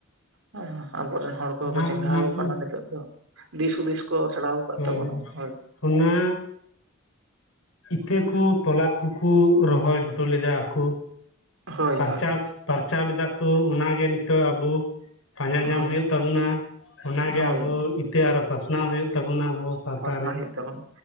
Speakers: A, on the right (about 80°); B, on the left (about 75°).
A: ᱦᱮᱸ ᱟᱵᱚᱨᱮᱱ ᱦᱚᱲ ᱠᱚᱦᱚ
B: ᱚᱱᱟ
A: ᱠᱚ ᱪᱮᱸᱜᱷᱟᱣ
B: ᱚᱱᱟ
A: ᱟᱠᱟᱱᱟ,
B: ᱠᱚ
A: ᱱᱤᱛᱚᱜ ᱫᱚ ᱫᱤᱥ ᱦᱩᱫᱤᱥ ᱠᱚ ᱥᱮᱬᱟ ᱟᱠᱟᱫ
B: ᱦᱩᱭ
A: ᱛᱟᱵᱚᱱᱟ ᱦᱳᱭ
B: ᱚᱱᱟ ᱤᱛᱟᱹ ᱠᱚ ᱛᱚᱞᱟ ᱠᱚᱠᱚ ᱨᱚᱦᱚᱭ ᱦᱚᱴᱚ ᱞᱮᱫᱟ ᱠᱚ
A: ᱦᱳᱭ
B: ᱯᱷᱟᱨᱪᱟ
A: ᱦᱳᱭ
B: ᱯᱟᱨᱪᱟᱣ ᱞᱮᱫᱟ ᱠᱚ ᱚᱱᱟ ᱡᱮ ᱱᱤᱛᱚᱜ ᱟᱵᱚ ᱯᱟᱸᱡᱟ ᱧᱟᱢ
A: ᱦᱳᱭ
B: ᱦᱩᱭᱩᱜ ᱛᱟᱵᱚᱱᱟ ᱚᱱᱟ ᱜᱮ
A: ᱦᱳᱭ
B: ᱟᱵᱚ ᱛᱮ ᱟᱨᱦᱚ ᱯᱟᱥᱱᱟᱣ ᱦᱩᱭᱩᱜ ᱛᱟᱵᱚᱱᱟ ᱟᱵᱚ ᱥᱟᱶᱛᱟ
A: ᱯᱟᱥᱱᱟ
B: ᱨᱮ
A: ᱦᱩᱭᱩᱜ ᱛᱟᱵᱚᱱᱟ